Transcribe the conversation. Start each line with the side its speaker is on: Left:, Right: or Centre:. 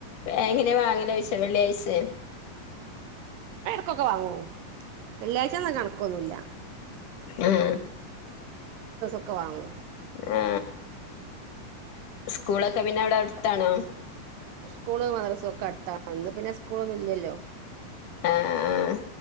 Left: എങ്ങനെയ വാങ്ങലോയിച്ച വെള്ളിയാഴ്ചെ
Right: ക്കൊക്കെ വാങ്ങോ വെള്ളിയാഴ്ച എന്ന കണക്കൊന്നുമല്ല
Left: ആഹ
Right: ഒക്കെ വാങ്ങും
Left: ആ സ്കൂളൊക്കെ പിന്നെ അവിടെ അടുത്താണോ
Right: സ്കൂൾ മദ്രാസ് സക്കെ. അടുത്ത ഇന്ന് പിന്നെ സ്കൂൾ ഒന്നും ഇല്ലല്ലോ
Left: ആഹ്